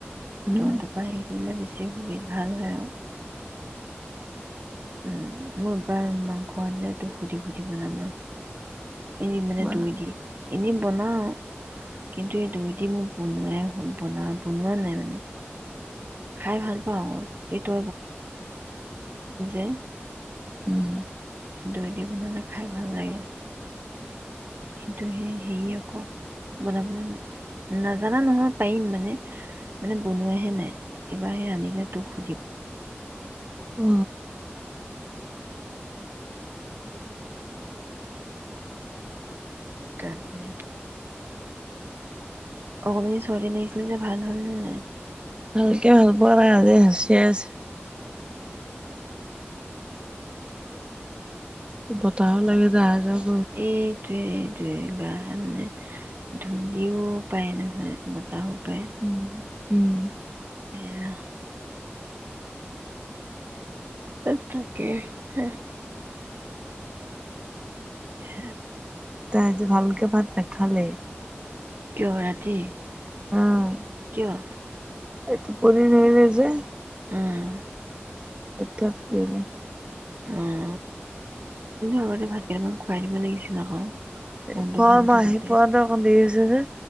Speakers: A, on the right (about 25°); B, on the right (about 55°).
A: উম
B: থ থ পাই দিলে বেছি সুখী ভাল হয় আও উ মই এইবাৰ মাংস আনিলে তোক সুধি সুধি বনাম ৰ। এ মানে
A: বনাম
B: দৈ দি। এনেই বনাওঁ কিন্তু এই দৈ দি মোৰ বনোৱাই বনোৱা নাই মানে। খাই ভাল পাওঁ কিন্তু <unintelligible>
A: উম উম
B: দৈ দি বনালে খাই ভাল লাগে কিন্তু হেই হেৰি আকৌ বনাবলৈ নাজানা নহয় পাৰিম মানে, মানে বনোৱাহে নাই এইবাৰ সেই আনিলে তোক
A: অ
B: তাকে। অকমাণি ছোৱালীজনী আহিছিল যে ভাল হল নে নাই
A: ভালকে ভাল পোৱা নাই আজি হাচিয়াই আছে বতৰও বেয়া নহ
B: এইটোৱেই মানে ধূলিও পায় নহয় বতাহোও পায়
A: উম উম
B: এয়া তাকে হ হ
A: তাই আজি ভালকে ভাত নেখালেই
B: কিয়? ৰাতি?
A: আহ
B: কিয়?
A: টোপনি ধৰিলে যে।
B: উম।
A: <unintelligible>
B: অ <unintelligible> আগতে ভাতকেইমান খুৱাই দিব লাগিছিল আকৌ।
A: এ
B: মনটো
A: অ'
B: ভাল
A: মই
B: থাকোতে
A: আহি পোৱাতে অকণ দেৰি হৈছে যে।